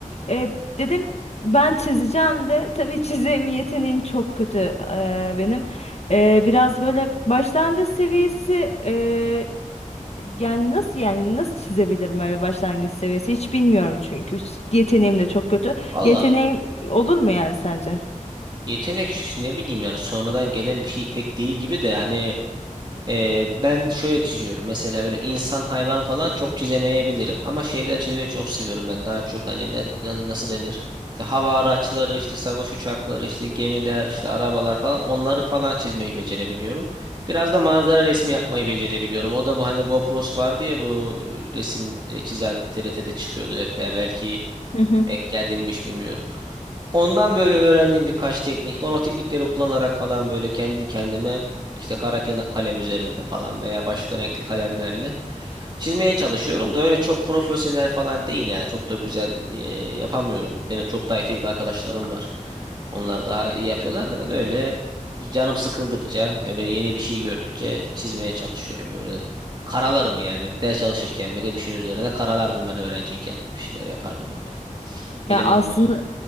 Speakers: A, on the left; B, on the right.
A: e, dedim ben çizeceğim de tabii <laughs> çizim yeteneğim çok kötü e, benim. E, biraz böyle başlangıç seviyesi e, yani nasıl yani nasıl çizebilirim öyle başlangıç seviyesi hiç bilmiyorum çünkü Hiç- yeteneğim de çok kötü.
B: Valla
A: Yeteneğim olur mu yani sence?
B: Yetenek şu ne bileyim yani sonradan gelen bir şey pek değil gibi de hani e, ben şöyle çiziyorum mesela öyle insan hayvan falan çok çizemeyebilirim ama şeyler çizmeyi çok seviyorum ben daha çok hani ne, ne- nasıl denir işte hava araçları işte savaş uçakları işte gemiler işte arabalar falan onları falan çizmeyi becerebiliyorum biraz da manzara resmi yapmayı becerebiliyorum o da bu hani Bob Ross vardı ya bu resim e, çizen TRT'de çıkıyordu hep ya belki
A: Hı hı.
B: denk geldim mi hiç bilmiyorum. Ondan böyle öğrendiğim birkaç teknik var. O teknikleri kullanarak falan böyle kendi kendime işte kara kele- kalem üzerinde falan veya başka renkli kalemlerle çizmeye çalışıyorum da öyle çok profesyonel falan değil yani çok da güzel e, yapamıyorum. Benim çok daha yetenekli arkadaşlarım var. Onlar daha iyi yapıyorlar da ben öyle canım sıkıldıkça öyle yeni bir şey gördükçe çizmeye çalışıyorum öyle. Karalarım yani. Ders çalışırken bile bir şeyin üzerine karalardım ben öğrenciyken. Bir şeyler yapardım öyle. Elim
A: Ya aslında
B: durmaz.